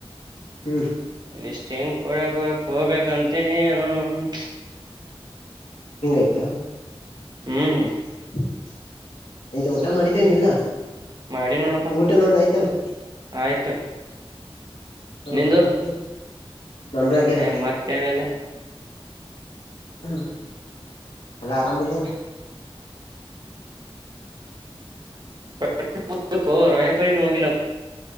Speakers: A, on the left; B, on the right.
A: ಹ್ಮ್
B: ಲಿಷ್ಟ್ ಹೆಂಗ್ ಕೊಡಕ್ ಹೋಗ್ಬೇಕಂತೀನಿ ಅ ನ ನ.
A: ಹಿಂಗ್ಯ್ತಾ.
B: ಹ್ಮ್
A: <unintelligible> ಆಯ್ತಾ ಊಟ ಮಾಡಿದ್ದೇನ್ ಇಲ್ಲ
B: ಮಾಡಿ ನೋಡಪ್ಪಾ
A: ಊಟ ನೊಂದ್ ಆಯ್ತಲ್ಲ.
B: ಆಯ್ತು
A: ಹಾ
B: ನಿಂದು
A: ಮತ್ತೆ ನಂದು ಆಗ್ಯದ
B: ಏ ಮತ್ತೇನಿಲ್ಲ
A: ಹ್ಮ್ ಅಲ್ಲ ಆರಾಮಿದ್ಯಲ್ಲ.
B: <unintelligible> ಕೊ ರೋಯ ಕಡೆನೂ ಹೋಗಿಲ್ಲ.